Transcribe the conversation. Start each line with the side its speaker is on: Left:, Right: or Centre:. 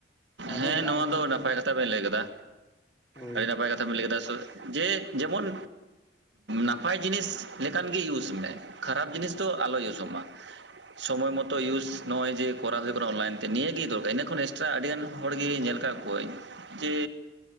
Left: ᱟᱨᱦᱚᱸ
Right: ᱦᱮᱸ ᱱᱚᱣᱟ
Left: ᱟᱭᱢᱟ
Right: ᱫᱚ
Left: ᱠᱤᱪᱷᱩ
Right: ᱱᱟᱯᱟᱭ ᱠᱟᱛᱷᱟ ᱵᱮᱱ ᱞᱟᱹᱭ ᱠᱮᱫᱟ
Left: ᱦᱳᱭ
Right: ᱟᱹᱰᱤ ᱱᱟᱯᱟᱭ ᱠᱟᱛᱷᱟ ᱵᱮᱱ ᱞᱟᱹᱭ ᱠᱮᱫᱟ᱾ ᱡᱮ, ᱡᱮᱢᱚᱱ ᱱᱟᱯᱟᱭ ᱡᱤᱱᱤᱥ ᱞᱮᱠᱟᱱ ᱜᱮ ᱤᱭᱩᱡᱽ ᱢᱮ ᱠᱷᱟᱨᱟᱯ ᱡᱤᱱᱤᱥ ᱫᱚ ᱟᱞᱚ ᱤᱭᱩᱥᱚᱜ ᱢᱟ ᱾ ᱥᱚᱢᱚᱭ ᱢᱚᱛᱚ ᱤᱭᱩᱥ ᱱᱚᱜᱼᱚᱭ ᱡᱮ ᱠᱚᱨᱟᱣ ᱦᱩᱭᱩᱜ ᱠᱟᱱᱟ ᱚᱱᱞᱟᱭᱤᱱ ᱛᱮ ᱱᱤᱭᱟᱹᱜᱮ ᱫᱚᱨᱠᱟᱨ ᱤᱱᱟᱹᱠᱷᱚᱱ ᱮᱠᱥᱴᱨᱟ ᱟᱹᱰᱤᱜᱟᱱ ᱦᱚᱲ ᱜᱮ ᱧᱮᱞ ᱟᱠᱟᱫ ᱠᱚᱣᱟᱹᱧ ᱡᱮ